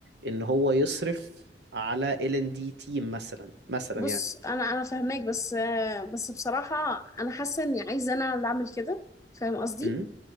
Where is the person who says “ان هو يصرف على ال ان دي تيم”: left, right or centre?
Right